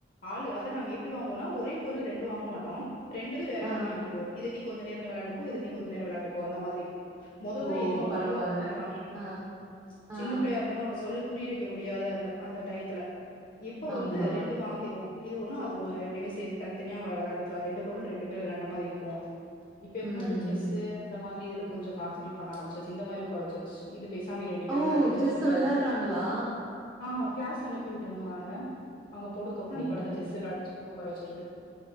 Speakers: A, on the left; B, on the right.
A: ஆளு அதா நாங்க எப்டி வாங்குவோன்னா ஒரே பொருள் ரெண்டு வாங்க மாட்டோ ரெண்டுது வேற
B: ஆ.
A: வேற வாங்கி கிடுவோ இது நீ கொஞ்ச நேரோ நீ விளாண்டுக்கோ இது நீ கொஞ்ச நேரோ விளாண்டுக்கோ அந்த மாதிரி மொதோ
B: ஓ!
A: தா எது வாங்குனாலு
B: பரவால்ல.
A: அந்த மாரி வாங்கிகிட்ருந்தோ
B: ஆ, ஆ,
A: சின்ன பிள்ளையா இருந்த மோது நம்ம சொல்லி புரிய வெக்க முடியாது அந்த அந்த டயத்துல இப்ப
B: ஆமா.
A: வந்து ரெண்டு வாங்கிருவோ இது ஒன்னு அது ஒன்னு ரெண்டுமே சேத்து தனி தனியா வ வெளாண்டுக்கலா ரெண்டு பொருள் ரெண்டு பேர் விளாண்ட மாரி இருக்கு இப்ப எப்பிட்னா
B: ம்.
A: இந்த செஸ்சு இந்த மாதிரி இதுல கொஞ்ச கான்சன்ரேட் பண்ண ஆரம்பிச்சாச்சி இந்த மாரி உக்கார வெச் சு இது பேசாம நீ ரெண்டு பேரு
B: ஓ!
A: விளாடு செஸ்
B: செஸ்ஸ
A: விளாடுன்ட்ட
B: விளையாடுறாங்களா?
A: ஆ கிளாஸ் அனுப்பி விட்ருந்தோ நாங்க அங்க போனதுக்கப்பறோ
B: ஓ!
A: நீ பாட்டுக்க செஸ் விளாடு சொல்ட்டு உக்கார வெச்சர்றது